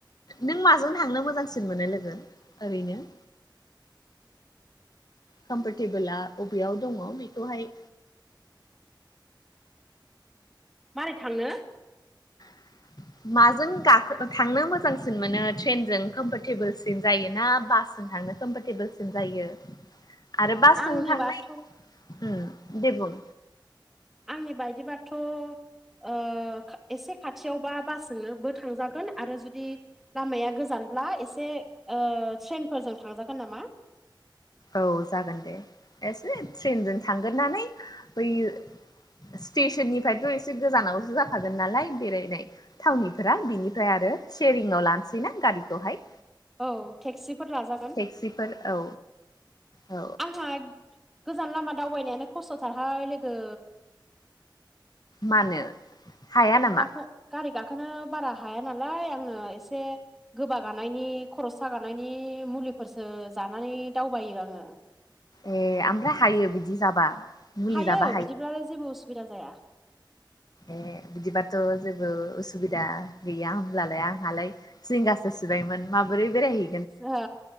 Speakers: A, on the left (about 50°); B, in the centre.
A: नों माजों थांनो मोजांसिन मोनो लोगो ओरैनो? कमफरटेबोला अबेयाव दङ बेखौहाय
B: मारै थांनो?
A: <inaudible> माजों गाखो थांनो मोजांसिन मोनो ट्रेनजों कम्फरटेबोलसिन जायोना बास? जों थांनो कम्फरटेबोलसिम जायो। आरो बासजों
B: आंनिबाथ'
A: थांनाय उम दे बुं
B: आंनि बायदिबाथ' ओ खा एसे खाथियावबा बासजोंनोबो थांजागोन जुदि, लामाया गोजानब्ला एसे ओ ट्रेनफोरजों थांजागोन नामा?
A: औ जागोन दे एसे ट्रेनजों थांग्रोनानै बैयो स्टेसननिफ्रायथ' एसे गोजानावसो जाखागोन नालाय बेरायनाय। थावनिफोरा बिनिफ्राय आरो सेरिंआव लानोसैना गारिखौहाय।
B: औ टेक्सिफोर लाजागोन।
A: टेक्सिफोर औ औ
B: आंहा गोजान लामा दावबायनायानो खस्थ थारहाय लोगो,
A: मानो? हाया नामा
B: गाखो गारि गाखोनो बारा हाया नालाय आंनो एसे, गोबागानायनि खर सागानायनि मुलिफोरसो जानानै दावबायो आङो।
A: ए ओमफ्राय हायो बिदि जाबा, मुलि
B: हायो
A: जाबा
B: बिदिब्लालाय जेबो उसुबिदा जाया।
A: ए बिदिबाथ' जेबो उसुबिदा गैया होमब्लालाय आंहालाय। जिंगासो सिबायमोन माबोरै बेराय
B: ओ